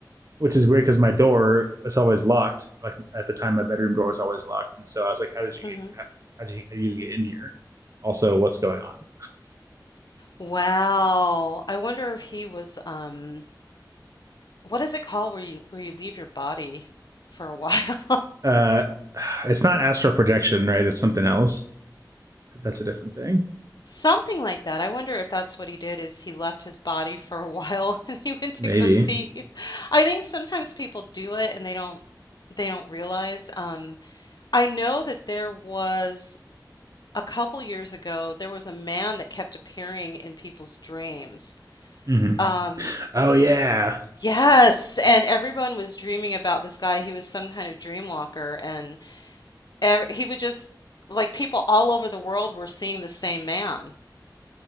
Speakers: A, on the right; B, on the left.
A: Which is weird because my door is always locked. Like at the time, my bedroom door was always locked, and so I was like, "How did you
B: hmm
A: get? How, how did you, how did you even get in here? Also, what's going on?
B: Wow. I wonder if he was, um, What is it called where you where you leave your body for a while? <laughs>
A: Uh, <sighs> it's not astral projection, right? It's something else. That's a different thing,
B: Something like that. I wonder if that's what he did is he left his body for a while <laughs> and he went to
A: maybe.
B: go see. I think sometimes people do it and they don't they don't realize. Um, I know that there was a couple years ago there was a man that kept appearing in people's dreams.
A: hmm
B: Um,
A: Oh yeah,
B: yes, and everyone was dreaming about this guy. He was some kind of dream walker and ev he would just like people all over the world were seeing the same man.